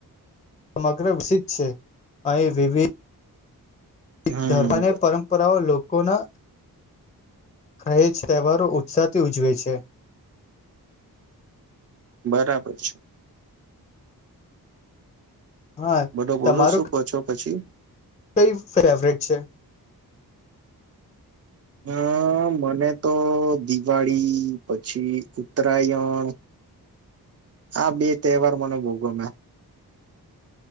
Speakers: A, on the left; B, on the right.
A: સમગ્ર વિસિત છે અહીં વિવિધ
B: હમ
A: એક ધર્મ અને પરંપરાઓ લોકોના કહેજ તહેવારો ઉત્સાહથી ઉજવે છે
B: બરાબર છે.
A: હા
B: બધો બોલો
A: તમારો
B: શું પછો પછી.
A: કઈ ફેવરેટ છે?
B: અમ મને તો દિવાળી પછી ઉત્તરાયણ આ બે તહેવાર મને બો ગમે.